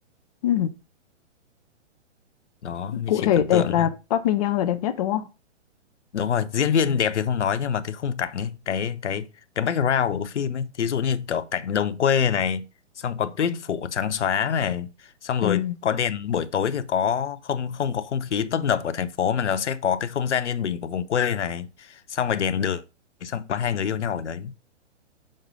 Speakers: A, on the left; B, on the left.
A: Ừ.
B: đó như
A: cụ
B: chị
A: thể
B: tưởng
A: đẹp
B: tượng
A: là
B: nhá
A: Park Min Young là đẹp nhất đúng không
B: đúng rồi diễn viên đẹp thì không nói nhưng mà cái khung cảnh ấy cái cái cái background của phim ấy thí dụ như kiểu cảnh đồng quê này xong có tuyết phủ trắng xóa này xong
A: ừ
B: rồi có đèn buổi tối thì có không không có không khí tấp nập của thành phố mà nó sẽ có cái không gian yên bình của vùng quê này xong rồi đèn đường xong có hai người yêu nhau ở đấy